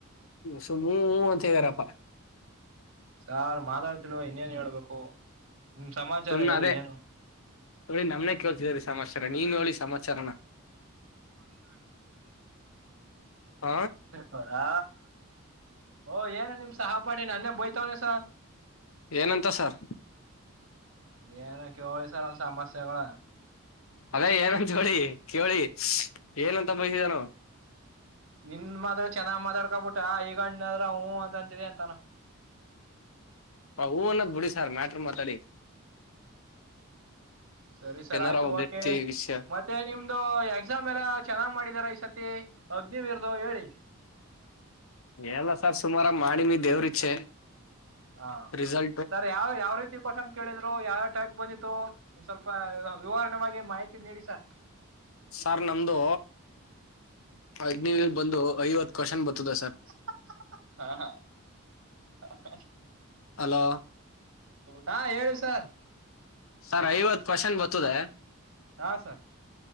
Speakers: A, on the left; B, on the right.
A: ಸುಮ್ಮ ಹೂ ಅಂತಿದಿರಪ್ಪ
B: ಸಾರ್ ಮಾತಾಡ್ತಿಲ್ವ ಇನ್ನೇನ್ ಹೇಳ್ಬೇಕು ನಿಮ್ ಸಮಾಚಾರ
A: ಸುಮ್ನೆ
B: ಹೇಳಿ
A: ಅದೇ
B: ಏನು.
A: ನೋಡಿ ನಮ್ನೆ ಕೇಳ್ತಿದೀ ಸಮಾಚಾರ ನೀನ್ ನೋಲಿ ಸಮಾಚಾರನ
B: <inaudible>
A: ಹ
B: ಹ ಹ ಓ ಏನ ನಿಮ್ ಸಹಪಾಠಿ ನನ್ನೇ ಬೋಯ್ತವನೆ ಸಾ
A: ಏನಂತ ಸರ್
B: ಇ ಏನ ಕೇಳಿ ಸರ್ ಒಂದ ಸಮಸ್ಯೆಗಳ.
A: ಅದೇ ಏನನ್ ಚೋಳಿ ಕೇಳಿ ಏನಂತ ಬೈದಿದಾನು
B: ನಿನ್ ಮಾತ್ರ್ರ ಚೆನ್ನಾಗ್ ಮಾತಾಡ್ಕಬಿಟ್ಟ ಈಗಣ್ಣದ್ರ ಹೂ ಅಂತಂತಿದೆ ಅಂತಾನ
A: ಆ ಹೂ ಅನ್ನುದ ಬಿಡಿ ಸರ ಮ್ಯಾಟರ್ ಮಾತಾಡಿ.
B: ಸರಿ ಸರ್
A: ಏನಾರ
B: ಆಯ್ತು
A: ಒಂದೆತ್ತಿ
B: ಓಕೆ
A: ವಿಷಯ
B: ಮತ್ತೆ ನಿಮ್ದ ದು ಎಕ್ಸಾಮ್ ಎಲ್ಲ ಚೆನ್ನಾಗ್ ಮಾಡಿದಿದ್ದಾರೆ ಈ ಸತಿ ಆಗ್ನಿವೀರದೂ ಹೇಳಿ.
A: ಎಲ್ಲ ಸರ್ ಸುಮಾರ ಮಾಡಿಮಿ ದೇವ್ರ ಇಚ್ಚೆ
B: ಹಾ
A: ರಿಸಲ್ಟ್
B: ಸರ್ ಯಾವ್ ಯಾವ ರೀತಿ ಕೋಸನ್ ಕೇಳಿದ್ರು ಯಾವ್ಯಾವ ಟೈಪ್ ಬಂದಿತ್ತು ಒಂದ್ ಸ್ವಲ್ಪ ವಿವಾರಣೆ ಮಾಡ್ ಗೆ ಮಾಹಿತಿ ನೀಡಿ ಸರ್
A: ಸರ್ ನಮ್ದು
B: <unintelligible>
A: ಅಗ್ನಿವಿಗ್ ಬಂದು ಐವತ್ ಕ್ವಶನ್ ಬರ್ತದೆ ಸರ್
B: ಹಾ ಹಾ <unintelligible>
A: ಹಲೋ
B: ಹಾ ಹೇಳಿ ಸರ್
A: ಸರ್ ಐವತ್ತು ಕ್ವಾಶನ್ ಬರ್ತದೆ.
B: ಹಾ ಸರ್